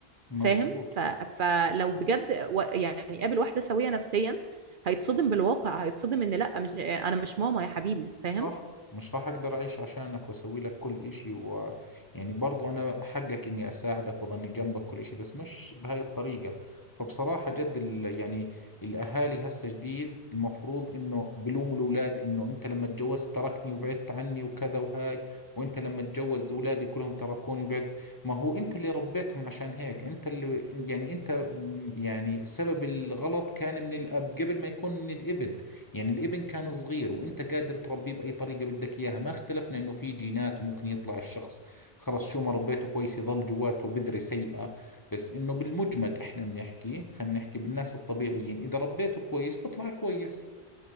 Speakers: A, on the left; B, on the right.
A: مزبوط
B: فاهم ف... فلو بجد و- يعني قابل واحدة سوية نفسيا هيتصدم بالواقع هيتصدم ان لا مش انا مش ماما يا حبيبي فاهم
A: صح مش راح اقدر اعيش عشانك واسوي لك كل اشي و يعني برضو انا حقك اني اساعدك واظني جنبك كل اشي بس مش بهاي الطريقة فبصراحة جد ال... يعني الاهالي هسه جديد المفروض انه بلوموا الاولاد انه انت لما تجوزت تركني وبعدت عني وكذا وهاي وانت لما تجوز اولادي كلهم تركوني وبعد ما هو انت اللي ربيتهم عشان هيك انت اللي يعني انت م- يعني سبب الغلط كان من الاب قبل ما يكون من الابن يعني الابن كان صغير وانت قادر تربيه باي طريقه بدك اياها ما اختلفنا انه في جينات وممكن يطلع الشخص خلص شو ما ربيته كويس يظل جواته بذرة سيئة بس انه بالمجمل احنا بنحكي خلينا نحكي بالناس الطبيعيين اذا ربيته كويس بطلع كويس